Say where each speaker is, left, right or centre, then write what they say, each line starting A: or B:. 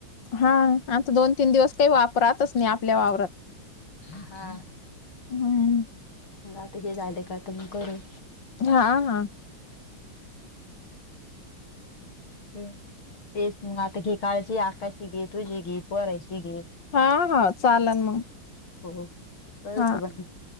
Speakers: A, on the left; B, on the left.
A: हा, आता दोन-तीन दिवस काही वापरातच नाही आपल्या वावरात.
B: हा.
A: हम्म
B: मग आता हे झाले का तुम्ही करून?
A: हा. हा.
B: हम. तेच मग आता घे काळजी, आकाशची घे, तुझी घे. पोरायची घे. हम्म.
A: हा हा चालन मग
B: हम्म. करू
A: हा
B: का बंद मग?